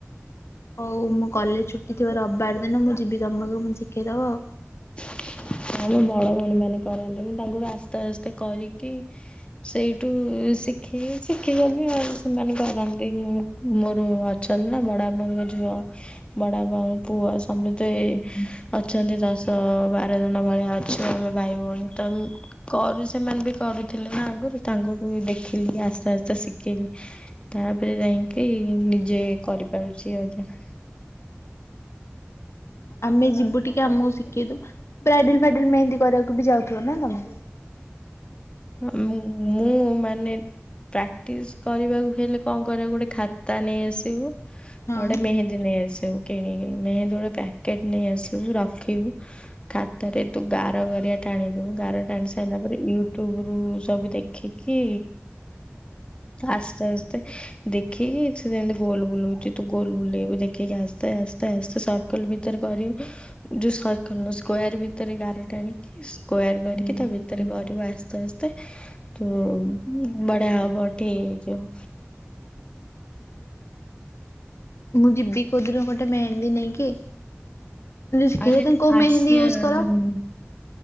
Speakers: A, on the left; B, on the left.
A: ହଉ ମୁଁ କଲେଜ ଛୁଟି ଥିବ ରବିବାର ଦିନ ମୁଁ ଯିବି ତମ ପାଖକୁ ଶିଖେଇ ଦବ ଆଉ।
B: <unintelligible> ହଁମ ବଡ ଭଉଣୀ ମାନେ କରନ୍ତୁ ମୁଁ ତାଙ୍କଠୁ ଆସ୍ତେ ଆସ୍ତେ କରିକି ସେଇଠୁ ଶିଖିକି ଶିଖିଗଲି ଆଉ ସେମାନେ କରନ୍ତି ମୁଁ ମୋର ଅଛନ୍ତିନା ବଡବାପାଙ୍କ ଝିଅ ବଡବାପାଙ୍କ ପୁଅ ସମସ୍ତେ ଅଛନ୍ତି। ତ ବାର ଜଣ ଭଳିଆ ଅଛୁ ଆମେ ଭାଇ ଭଉଣୀ ତ କରୁ ସେମାନେ ବି କରୁଥିଲୁ ନା ଆଗରୁ ତାଙ୍କଠୁ ଦେଖିଲି ଆସ୍ତେ ଆସ୍ତେ ଶିଖି ଖିଲି ତାପରେ ଯାଇକି ନିଜେ କରିପାରୁଛି ଆଜ୍ଞା। <inaudible>
A: ଆମେ ଯିବୁ ଟିକେ ଆମକୁ ଶିଖେଇଦବୁ ବ୍ରାଇଡେଲ ଫାଇଡେଲ ମେହେନ୍ଦୀ କରିବାକୁ ବି ଯାଉଥିବ ନା? ତମେ
B: ହଁ ମୁଁ ମୁଁ ମାନେ ପ୍ରାକ୍ଟିସ କରିବାକୁ ହେଲେ କଣ କରିବ ଗୋଟେ ଖାତା ନେଇ ଆସିବୁ। ଆଉ
A: ହଁ।
B: ଗୋଟେ ମେହେନ୍ଦୀ ନେଇ ଆସିବୁ କିଣିକି ମେହେନ୍ଦୀ ଗୋଟେ ପ୍ୟା ଟ ନେଇ ଆସିବୁ ରଖିବୁ ଖାତରେ ତୁ ଗାର ଗାରିଆ ଟାଣି ଦବୁ ଗାର ଟାଣି ସାରିଲା ୟୁଟ୍ୟୁବରୁ ସବୁ ଦେଖିକି ଆସ୍ତେ ଆସ୍ତେ ଦେଖିକି ସେ ଯେମିତି ଗୋଲ ବୁଲଉଛି ତୁ ଗୋଲ ବୁଲେଇବୁ ଦେଖିକି ଆସ୍ତେ ସ୍ତେ ଆସ୍ତେ ଆସ୍ତେ ସର୍କଲ ଭିତରେ କରିବ ଯୋଉ ସର୍କଲ ନୁହଁ ସ୍କୋୟାର ଭିତରେ ଗାର ଟାଣିକି ସ୍କୋୟାର କରିକି ତା ଭିତରେ କରିବା ଆ ଆସ୍ତେ ଆସ୍ତେ ତୋ ବଢ଼ିଆ ହବ ଠିକ ହେଇଯିବ। <inaudible>
A: ମୁଁ ଯିବି କୋଉଦିନ ଗୋଟେ ମେହେନ୍ଦୀ ନେଇକି ଶିଖେଇଦେବ
B: ଆରେ
A: ତମେ କୋଉ
B: ଆସିବା
A: ମେହେନ୍ଦୀ ୟୁଜ
B: କଥା
A: କର?
B: ନୁହଁ